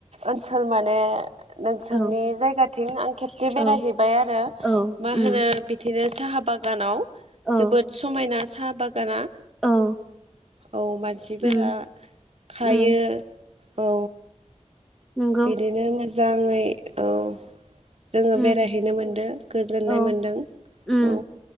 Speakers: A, on the right (about 55°); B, in the centre.
A: ओनसोल माने नोंसोरनि
B: औ
A: जायगाथिं आं खेबसे बेरायहैबाय
B: औ
A: आरो
B: औ
A: मा
B: उम
A: होनो बिदिनो साहा बागानाव
B: औ
A: जोबोद समायना साहा बागाना
B: औ
A: औ मानसिफोरा
B: उम
A: खायो
B: उम
A: औ
B: नंगौ
A: बिदिनो मोजाङै औ जोङो
B: उम
A: बेरायहैनो मोनदों गोजोननाय
B: औ
A: मोनदों
B: उम
A: औ